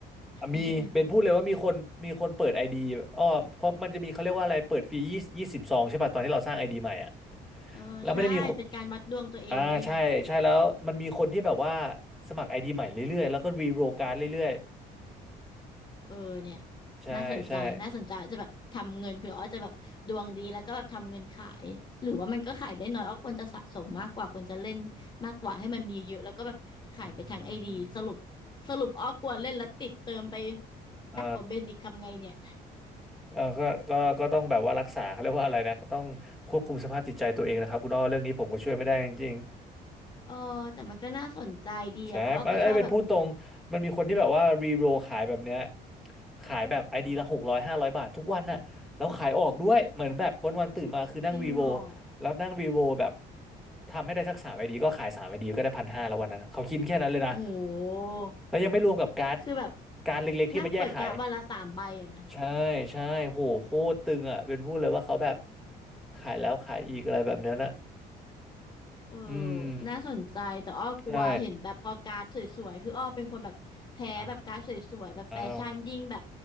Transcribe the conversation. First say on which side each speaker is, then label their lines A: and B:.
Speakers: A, in the centre; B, on the left.
A: อ่ะมีเป็นพูดเลยว่ามีคนมีคนเปิดไอดีอ้อเพราะมันจะมีเขาเรียกว่าอะไรเปิดฟรียี่ยี่สิบสองใช่ป่ะตอนที่เราสร้างไอดีใหม่อ่ะ
B: <laughs> เออใช่
A: แล้วไม่ได้มีคน
B: เป็นการวัดดวงตัวเองด้วยไง
A: อ่าใช่ใช่แล้วมันมีคนที่แบบว่าสมัครไอดีใหม่เรื่อยๆแล้วก็รีโรลการ์ดเรื่อย
B: เออเนี่ย
A: ๆใช่ใช่
B: น่าสนใจน่าสนใจจะแบบทำเงินเผื่ออ้อจะแบบดวงดีแล้วก็แบบทำเงินขายหรือว่ามันก็ขายได้น้อยอ้อควรจะสะสมมากกว่าควรจะเล่นมากกว่าให้มันมีเยอะแล้วก็แบบขายไปทางไอดีสรุป
A: อืม
B: สรุปอ้อกลัวเล่นแล้วติดเติมไป
A: เออ
B: หนักกว่าเบนอีกทำไงเนี่ย
A: เออก็ก็ก็ต้องแบบว่ารักษาเขาเรียกว่าอะไรนะก็ต้องควบคุมสภาพจิตใจตัวเองนะครับคุณอ้อเรื่องนี้ผมก็ช่วยไม่ได้จริง
B: เออแต่มันก็น่าสนใจดีอะเพราะอ้อก็ชอบแบบ
A: ๆใช่มันไอ้ยเป็นพูดตรงมันมีคนที่แบบว่ารีโรลขายแบบเนี้ยขายแบบไอดีละหกร้อยห้าร้อยบาททุกวันน่ะแล้วขายออกด้วยเหมือนแบบวันๆตื่นมาคือนั่งรีโรลแล้วนั่งรีโรลแบบ
B: จริงเหรอ
A: ทำให้ได้สักสามไอดีก็ขายสามไอดีก็ได้พันห้าแล้ววันนั้นเขาคิดแค่นั้นเลยนะ
B: โอ้โห
A: แล้วยังไม่รวมกับการ์ด
B: คือแบบ
A: การ์ดเล็กๆที่มาแยกขาย
B: นั่งเปิดกะวันละสามใบอะนะ
A: ใช่ใช่โหโคตรตึงอ่ะเป็นพูดเลยว่าเขาแบบขายแล้วขายอีกอะไรแบบเนี้ยนะ
B: เออ
A: อืม
B: น่าสนใจแต่อ้อกลัวเห็นแบบพอการ์ดสวยๆ
A: ใช่
B: คืออ้อเป็นคนแบบแพ้แบบการ์ดสวยๆ
A: อ่
B: แบบแฟชั่นยิ่งแบบ
A: า